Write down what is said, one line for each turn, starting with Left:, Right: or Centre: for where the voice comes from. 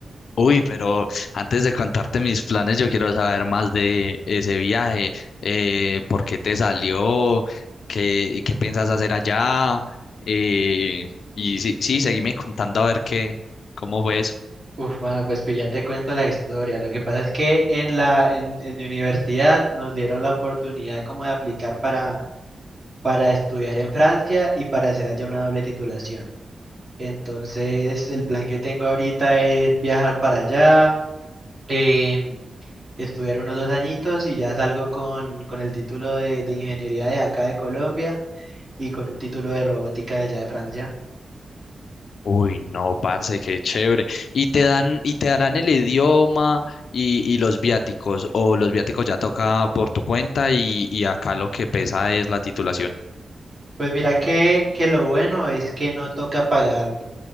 Left: Uy, pero antes de contarte mis planes, yo quiero saber más de ese viaje. Eh, ¿por qué te salió? ¿Qué, qué piensas hacer allá? Eh, y sí, sí, seguime contando a ver qué, cómo fue eso.
Right: Uf, mano, pues, pues ya te cuento la historia. Lo que pasa es que en la, en, en mi universidad nos dieron la oportunidad como de aplicar para, para estudiar en Francia y para hacer allá una doble titulación. Entonces, el plan que tengo ahorita es viajar para allá, em, estudiar unos dos añitos y ya salgo con, con el título de, de ingeniería de acá de Colombia y con un título de robótica de allá de Francia.
Left: Uy, no, parce, qué chévere. ¿Y te dan, y te darán el idioma y, y los viáticos? ¿O los viáticos ya toca por tu cuenta y, y acá lo que pesa es la titulación?
Right: Pues mira que, que lo bueno es que no toca pagar.